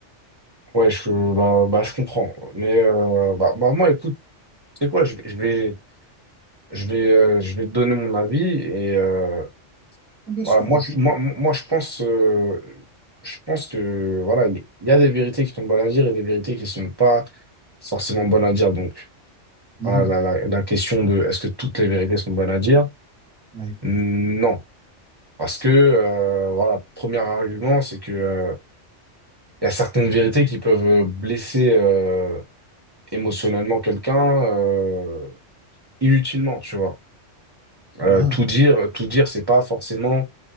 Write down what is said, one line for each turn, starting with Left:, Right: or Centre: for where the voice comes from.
Right: Ouais, je, bah, bah, je comprends. Mais euh, bah, bah, moi, écoute, c'est quoi, je, vais, je vais, je vais euh, je vais te donner mon avis. Et euh,
Centre: Bien
Right: voilà,
Centre: sûr,
Right: moi,
Centre: avec
Right: je-
Centre: lui.
Right: moi, moi, je pense, euh, je pense que voilà, il y a des vérités qui sont bonnes à dire et des vérités qui sont pas forcément bonnes à dire. Donc.
Centre: Mhm.
Right: Voilà, la, la- la question de est-ce que toutes les vérités sont bonnes à dire?
Centre: Oui.
Right: Non. Parce que, euh, voilà, premier argument, c'est que, euh, il y a certaines vérités qui peuvent euh, blesser euh, émotionnellement quelqu'un euh, inutilement, tu vois. Euh,
Centre: Ah.
Right: tout dire, tout dire, c'est pas forcément